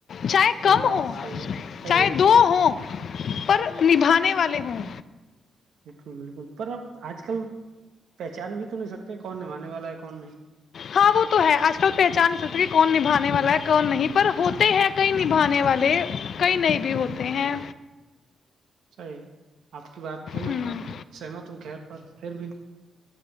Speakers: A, on the left (about 50°); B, on the right (about 75°).
A: چاہے کم
B: یہ بات
A: ہو
B: صحیح ہے صحیح
A: چاہے
B: ہے
A: دو ہوں پر نبھانے والے ہوں
B: بالکل بالکل پر اپ آج کل پہچان بھی تو نہیں سکتے کون نھانے والا ہے کون نہیں
A: ہاں وہ تو ہے آج کل پہچان نہیں سکتے کہ کون نبھانے والا ہے کون نہیں پر ہوتے ہیں کہیں نبھانے والے کہیں نہیں بھی ہوتے ہیں
B: صیح آپ کی بات ہے میں
A: ہوں
B: سہمت ہوں خیر پر پھر بھی